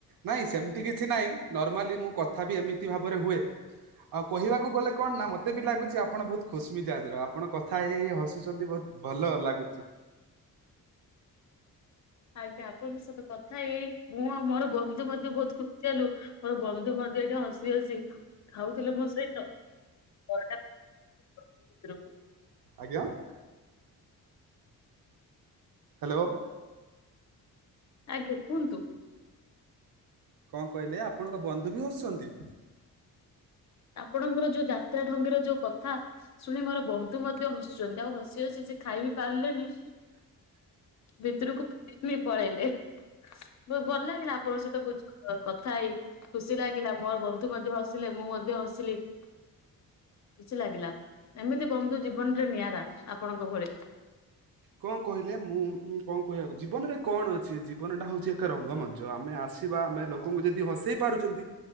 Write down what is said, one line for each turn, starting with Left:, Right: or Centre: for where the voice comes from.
Right: ନାଇଁ ସେମିତି କିଛି ନହିଁ ନର୍ମାଲି ମୁଁ କଥା ବି ଏମିତି ଭାବରେ ହୁଏ। ଆଉ କହିବାକୁ ଗଲେ କଣ ନା ମତେ ବି ଲାଗୁଚି ଆପଣ ବହୁତ ଖୁସିମିସାଜ୍ ର ଆଜିର ଆପଣ କଥା ହେଇ ହସୁଛନ୍ତି ବହୁତ। ଭଲ ଲାଗୁଚି।
Left: ଆଜ୍ଞା ଆପଣଙ୍କ ସହିତ କଥା ହେଇ ହେଇ ମୁଁ ଆଉ ମୋର ବନ୍ଧୁ ମଧ୍ୟ ବହୁତ ଖୁସି ହେଲୁ ମୋର ବନ୍ଧୁ ମ ଟି ଏଇଟା ହସି ହସି ଖାଉଥିଲେ ମୋ ସହିତ <unintelligible> <unintelligible>
Right: ଆଜ୍ଞା। ହାଲୋ।
Left: ଆଜ୍ଞା କୁହନ୍ତୁ।
Right: କଣ କହିଲେ ଆପଣଙ୍କ ବନ୍ଧୁ ବି ହସୁଚନ୍ତି?
Left: ଆପଣଙ୍କର ଯୋଉ ଯାତ୍ରା ଢଙ୍ଗିର ଯୋଉ କଥା ଶୁଣି ମୋର ବନ୍ଧୁ ମଧ୍ୟ ହସୁଚନ୍ତି ଆଉ ହସି ହସି ସେ ଖାଇ ବିି ପାରିଲେନି।
Right: <inaudible>
Left: ଭିତରକୁ <unintelligible> ପଳେଇଲେ। ବହୁତ ଭଲ ଲାଗିଲା ଆପଣଙ୍କ ସହିତ କୁଚ କଥା ହେଇ ଖୁସି ଲାଗିଲା ମୋର ବନ୍ଧୁ ମଧ୍ୟ ହସିଲେ ମୁଁ ମଧ୍ ୟେ ହସିଲି। କିଛି ଲାଗିଲା ଏମିତି ବନ୍ଧୁ ଜୀବନରେ ନିଆରା ଆପଣଙ୍କ ଭଳି।
Right: କଣ କହିଲେ ମୁଁ କଣ କହିବାକୁ ଜୀବନରେ କଣ ଅଛି ଜୀବନଟା ହଉଚି ଏକ ରଙ୍ଗମଞ୍ଚ ଆମେ ଆସ ଆସିବା ଆମେ ଲୋକଙ୍କୁ ଯଦି ହସେଇ ପାରୁଚନ୍ତି